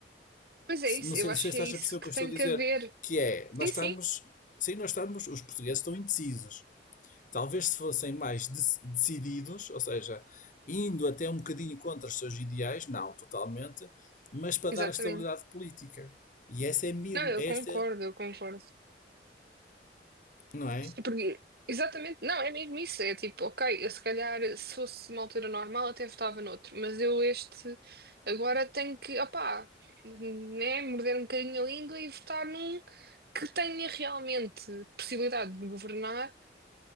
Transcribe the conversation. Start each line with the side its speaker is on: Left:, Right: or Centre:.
Right: Mas é isso,
Left: Não
Right: eu
Left: sei,
Right: acho
Left: não sei se estás
Right: que é isso
Left: a perceber o
Right: que
Left: que eu
Right: tem
Left: estou a dizer,
Right: que haver.
Left: que é, nós
Right: Sim,
Left: estamos,
Right: sim,
Left: sim, nós estamos, os portugueses estão indecisos. Talvez se fossem mais de- decididos, ou seja, indo até um bocadinho contra os seus ideais, não totalmente, mas para
Right: exatamente.
Left: dar estabilidade política. E essa é a minha,
Right: Não, eu
Left: essa
Right: concordo,
Left: é
Right: eu concordo.
Left: Não é?
Right: Porque, exatamente, não, é mesmo isso. É tipo, ok, eu se calhar, se fosse uma altura normal, até votava noutro, mas eu este agora tenho que, opá, né, morder um bocadinho a língua e votar num que tenha realmente possibilidade de governar.